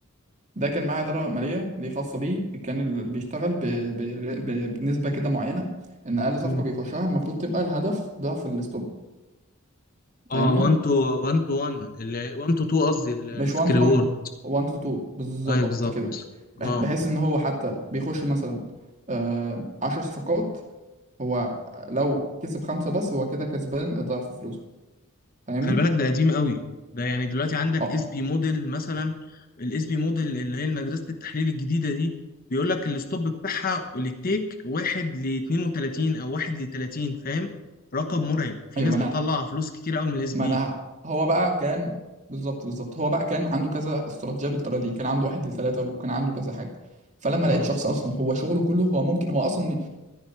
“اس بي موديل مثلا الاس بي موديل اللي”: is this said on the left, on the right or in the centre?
Left